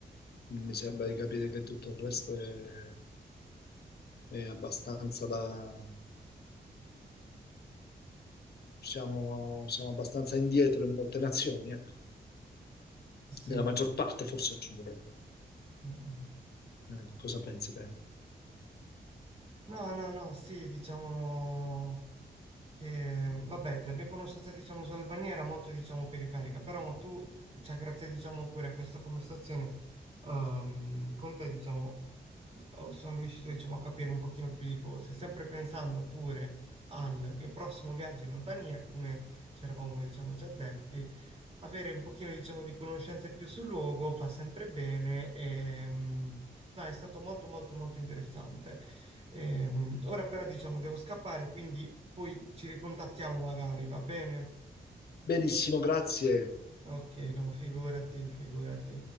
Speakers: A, on the left; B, on the right.
A: mi sembra di capire che tutto il resto è, è abbastanza da... Siamo, siamo abbastanza indietro in molte nazioni, ecco.
B: Sì.
A: Nella
B: Mm,
A: maggior parte, forse aggiungerei.
B: mm.
A: Eh, cosa pensi te?
B: No, no, no, sì, diciamo... Che, vabbè, la mia conoscenza, diciamo, sull'Albania era molto, diciamo, periferica, però ma tu, cioè, grazie, diciamo, pure a questa conversazione, ehm, con te, diciamo, oh, sono riuscito, diciamo, a capire un pochino più di cose, sempre pensando pure al mio prossimo viaggio in Albania, come ci eravamo, diciamo, già detti, avere un pochino, diciamo, di conoscenze più sul luogo fa sempre bene e, mm, no, è stato molto, molto, molto interessante. Ehm, ora però, diciamo, devo scappare, quindi... Poi ci ricontattiamo magari, va bene?
A: Benissimo, grazie.
B: Ok, no, figurati, figurati.